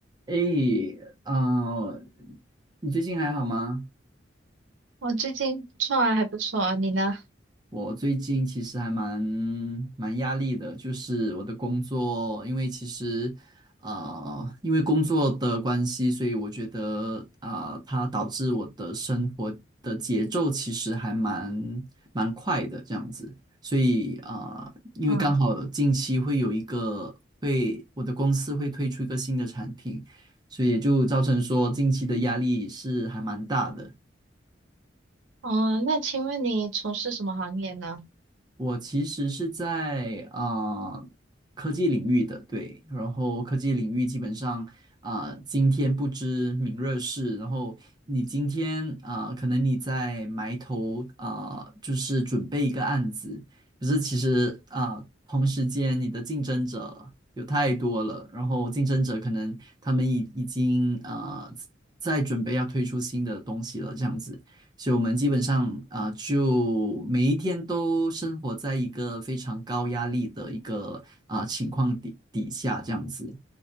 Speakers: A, on the right; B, on the right.
A: 诶，啊、你最近还好吗？
B: 我最近不错啊，还不错啊，你呢？
A: 我最近其实还蛮蛮压力的，就是我的工作，因为其实，呃，因为工作的关系，所以我觉得啊、呃它导致我的生活的节奏其实还蛮蛮快的这样子，所以啊、呃因为刚好近期会有一个会我的公司会推出一个新的产品，
B: 嗯，
A: 所以也就造成说近期的压力是还蛮大的。
B: 嗯，那请问你从事什么行业呢？
A: 我其实是在啊、呃科技领域的，对，然后科技领域基本上啊、今天不知明日事，然后你今天啊、可能你在埋头啊、就是准备一个案子，可是其实啊、同时间你的竞争者有太多了，然后竞争者可能他们已已经啊在准备要推出新的东西了，这样子。所以我们基本上啊、就每一天都生活在一个非常高压力的一个啊、情况底底下这样子。